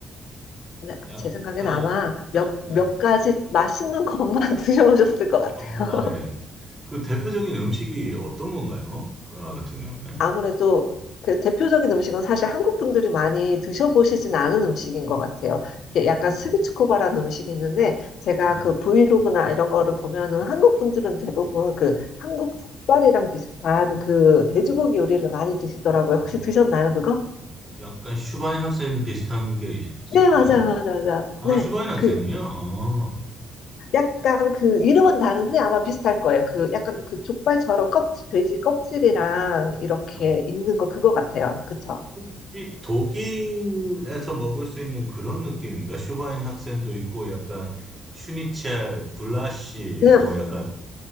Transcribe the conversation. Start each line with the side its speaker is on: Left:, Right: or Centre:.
Left: 근데
Right: 약간
Left: 제 생각엔 아마 몇,
Right: 네.
Left: 몇 가지 맛있는 것만 <laughs> 드셔보셨을 것 같아요.
Right: 아, 예. 그 대표적인 음식이 어떤 건가요? 프라하 같은 경우에?
Left: 아무래도 그 대표적인 음식은 사실 한국 분들이 많이 드셔보시진
Right: 음,
Left: 않은 음식인 것 같아요. 이게
Right: 음,
Left: 약간 스비츠코바라는 음식이 있는데 제가
Right: 네.
Left: 그 브이로그나 이런 거를 보면은 한국 분들은 대부분 그 한국 족발이랑 비슷한 그 돼지고기 요리를 많이 드시더라고요.
Right: 어,
Left: 혹시 드셨나요, 그거?
Right: 약간 슈바인 학생 비슷한 게 있,
Left: 네,
Right: 었나
Left: 맞아요, 맞아요, 맞아요.
Right: 아,
Left: 네.
Right: 슈바인 학생이요?
Left: 그
Right: 어,
Left: 약간 그 이름은
Right: 네.
Left: 다른데 아마 비슷할 거예요. 그 약간 그 족발처럼 껍질, 돼지 껍질이랑 이렇게
Right: 아,
Left: 있는 거 그거 같아요. 그쵸?
Right: 혹시 독일에서 먹을 수 있는 그런 느낌인가? 슈바인 학생도 있고 약간 슈니첼, 굴라시
Left: 네,
Right: 뭐 약간